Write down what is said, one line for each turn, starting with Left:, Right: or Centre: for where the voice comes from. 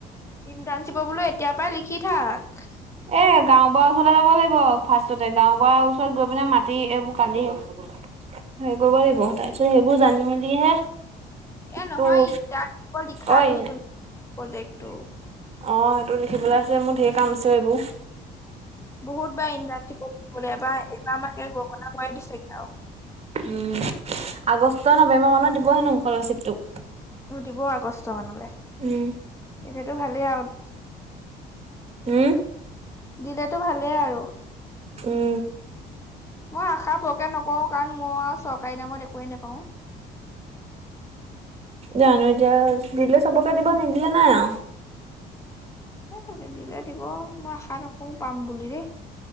Left: ইণ্টাৰ্ণশ্বিপৰ বোলো এতিয়াৰ পৰাই লিখি থাক।
Right: এ গাঁও বুঢ়াৰ ওচৰলৈ যাব লাগিব ফাৰ্ষ্টতে গাঁও বুঢ়াৰ ওচৰত গৈ পিনে মাতি এইবোৰ কালি। হেৰি কৰিব লাগিব তাৰ পিছত সেইবোৰ জানি মেলিহে।
Left: এ নহয়
Right: তোৰ
Left: ইণ্টাৰ্ণ লিখাটো
Right: অই
Left: যোন প্ৰজেক্টটো।
Right: অ' সেইটো লিখিবলৈ আছে মোৰ ঢেৰ কাম আছে এইবোৰ।
Left: বহুত বাৰ ইণ্টাৰ্ণশ্বিপ <unintelligible> এইবাৰ এইবাৰ আমাকে গৰমৰ গোৱাই দিছেগে আৰু।
Right: উম আগষ্ট নৱেম্বৰ মানত দিব হেনো স্কলাৰশ্বিপটো।
Left: বোলো দিব আগষ্ট মানলৈ
Right: উম
Left: এতিয়াতো ভালেই আৰু।
Right: উম।
Left: দিলেতো ভালে আৰু।
Right: উম।
Left: মই আশা বোৰকে নকৰোঁ কাৰণ মই আৰু চৰকাৰী নামত একোৱে নেপাওঁ।
Right: জানোঁ এতিয়া দিলে চবকে দিব নিদিলে নাই আৰু।
Left: <unintelligible> দিলে দিব মই আশা নকৰোঁ পাম বুলি দেই।